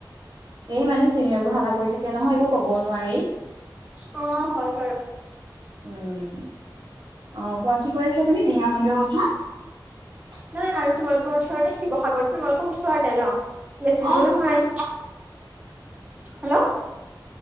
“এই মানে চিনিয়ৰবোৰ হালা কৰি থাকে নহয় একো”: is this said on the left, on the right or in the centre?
Right